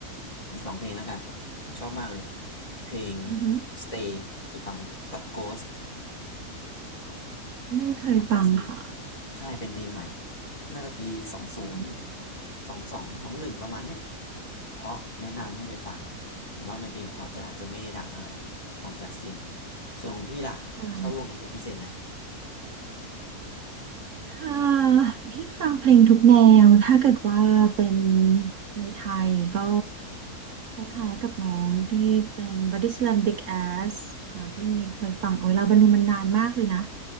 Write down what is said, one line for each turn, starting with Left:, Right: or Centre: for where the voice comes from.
Left: อีกสองเพลงแล้วกันชอบมากเลยเพลง
Right: อือหือ
Left: Stay เคยฟังไหมกับ Ghost
Right: ไม่เคยฟังค่ะ
Left: ของ Justin ใช่เป็นเพลงใหม่น่าจะปีสองศูนย์
Right: อืม
Left: สองสองสองหนึ่งประมาณเนี้ยเพราะแนะนำให้ไปฟังผมว่ามันเป็นเพราะแต่อาจจะไม่ได้ดังเท่าไหร่ของ Justin ส่วนของพี่ล่ะชอบวงไหนเป็นพิเศษไหม
Right: ค่ะถ้าพี่ฟังเพลงทุกแนว ถ้าเกิดว่าเป็นในไทยก็คล้ายๆกับน้องที่เป็น Body Slam Big Ass อ่าพี่มีเคยฟังโอ้ยลาบานูนมันนานมากเลยนะ